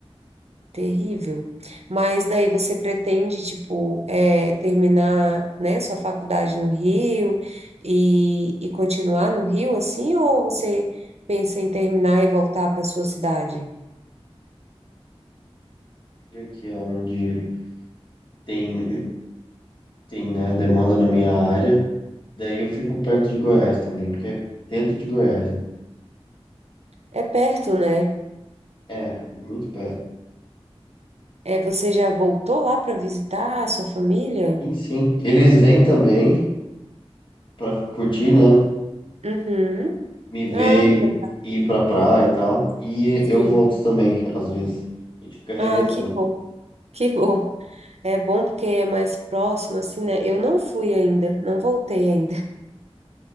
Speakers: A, on the right; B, on the left.
A: Terrível. Mas daí você pretende, tipo, é terminar, né, sua faculdade no Rio e, e continuar no Rio, assim, ou você pensa em terminar e voltar para sua cidade?
B: E aqui é onde tem, tem, né, demanda na minha área. Daí eu fico perto de Goiás também, porque é dentro de Goiás. né?
A: É perto, né?
B: É, muito perto.
A: É, você já voltou lá para visitar a sua família?
B: Sim, sim. Eles vêm também para curtir, né?
A: Uhum.
B: Me ver
A: Ah, que legal.
B: e ir pra praia e tal. E
A: Sim.
B: eu volto também, às vezes. A gente fica revezando.
A: Ah, que bom. Que bom. É bom porque é mais próximo, assim, né? Eu não fui ainda, não voltei ainda.